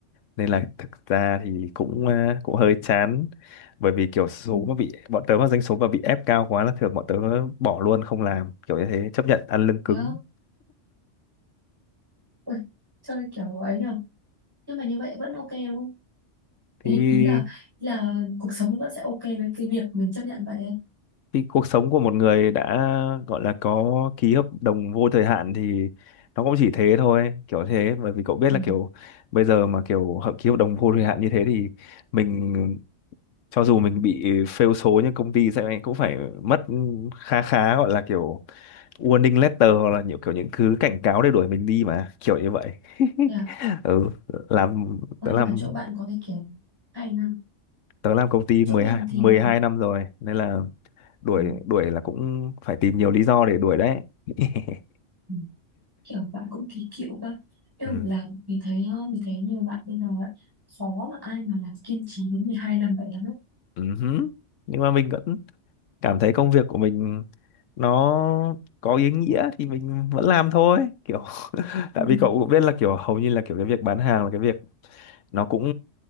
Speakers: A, on the left; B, on the right.
A: nên là thực ra thì cũng à, cũng hơi chán bởi vì kiểu số
B: Ừ.
A: mà bị bọn tớ mà doanh số mà bị ép cao quá là thường bọn tớ bỏ luôn không làm kiểu như thế chấp nhận ăn lưng cứng
B: Đó. Ui, chơi kiểu ấy nhờ nhưng mà như vậy vẫn ok đúng không
A: thì
B: ý, ý là ý là cuộc sống nó vẫn sẽ ok với cái việc mình chấp nhận vậy ấy.
A: cái cuộc sống của một người đã gọi là có ký hợp đồng vô thời hạn thì nó cũng chỉ thế thôi kiểu thế bởi vì cậu biết
B: ừ.
A: là kiểu bây giờ mà kiểu hợp ký hợp đồng vô thời hạn như thế thì mình cho dù mình bị fail số như công ty sẽ cũng phải mất khá khá gọi là kiểu warning letter hoặc là nhiều kiểu những thứ cảnh cáo để đuổi mình đi mà kiểu như vậy <laughs>
B: yeah.
A: ừ làm
B: coi
A: tớ
B: như
A: làm
B: là chỗ bạn có cái kiểu hay ha
A: tớ làm công ty
B: chỗ
A: mười
B: mình
A: hai
B: thì
A: mười hai năm rồi nên là đuổi
B: ừ,
A: đuổi là cũng phải tìm nhiều lý do để đuổi đấy <laughs>
B: ừ, kiểu bạn cũng kỳ cựu cơ nhưng
A: ừ.
B: mà làm mình thấy ờ, mình thấy nhiều bạn bây giờ ấy, khó mà ai mà làm kiên trì đến 12 năm vậy lắm ấy
A: ừ hứ. nhưng mà mình vẫn cảm thấy công việc của mình nó có ý nghĩa thì mình vẫn làm thôi kiểu <laughs>
B: ừ.
A: tại vì cậu cũng biết là kiểu hầu như là kiểu cái việc bán hàng là cái việc nó cũng